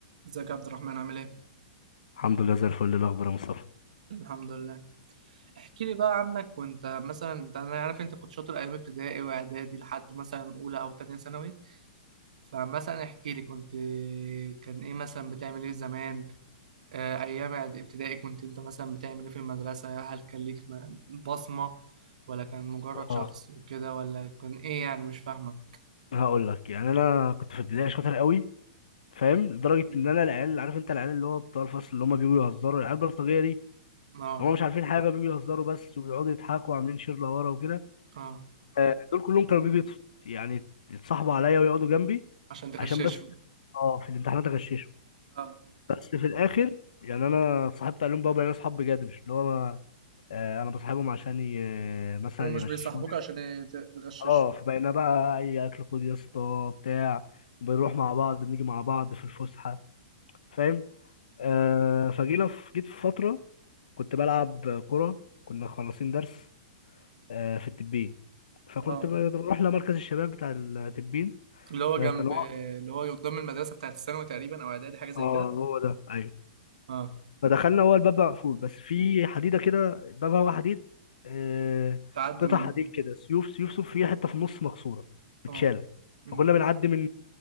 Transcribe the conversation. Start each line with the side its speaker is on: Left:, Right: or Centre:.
Right: ازيك يا عبد الرحمن عامل ايه؟
Left: الحمد لله زي الفل إيه الاخبار يا مصطفى
Right: الحمد لله احكي لي بقى عنك وانت مثلا انت انا عارف انت كنت شاطر ايام ابتدائي واعدادي لحد مثلا اولى او تانية ثانوي فمثلا احكي لي كنت كان ايه مثلا بتعمل ايه زمان آه، ايام اعد- ابتدائي كنت انت مثلا بتعمل ايه في المدرسة هل كان ليك م- بصمة ولا كان مجرد
Left: اه
Right: شخص وكده ولا كان ايه يعني مش فاهمك
Left: هقول لك يعني انا كنت في البدايه شاطر قوي فاهم لدرجه
Right: مم.
Left: ان انا العيال عارف انت العيال اللي هو بتوع الفصل اللي هم بيجوا يهزروا العيال البلطجيه دي
Right: اه
Left: هم مش عارفين حاجه بيجوا يهزروا بس ويقعدوا يضحكوا وعاملين شير لورا وكده
Right: اه
Left: آه، دول كلهم كانوا بيجوا يتص- يعني يتصاحبوا عليا ويقعدوا جنبي
Right: عشان تغششهم
Left: عشان بس اه في الامتحانات اغششهم
Right: اه
Left: بس في الاخر يعني انا اتصاحبت عليهم بقى بقينا اصحاب بجد مش اللي هو انا آه، انا بصاحبهم عشان ي- مثلا
Right: هم مش
Left: يغششوني
Right: بيصاحبوك عشان ي- تغششهم
Left: اه فبقينا بقى اي اكل خد يا اسطى بتاع بنروح مع بعض بنيجي مع بعض في الفسحه فاهم آه فجينا في جيت في فتره كنت بلعب كره كنا خلصين درس آه في التبين فكنت
Right: امم
Left: بروح لمركز الشباب بتاع التبين
Right: اللي هو جنب
Left: ده كان هو
Right: اللي هو قدام المدرسة بتاعت الثانوي تقريبا أو إعدادي حاجة زي
Left: اه
Right: كده
Left: هو ده ايوه
Right: اه
Left: فدخلنا هو الباب بقى مقفول بس في حديده كده بابها هو حديد آه،
Right: تعدي
Left: قطع
Right: منها
Left: حديد كده سيوف سيوف سيوف فيها حته في النص مكسوره متشاله
Right: اه
Left: فكنا
Right: أمم.
Left: بنعدي من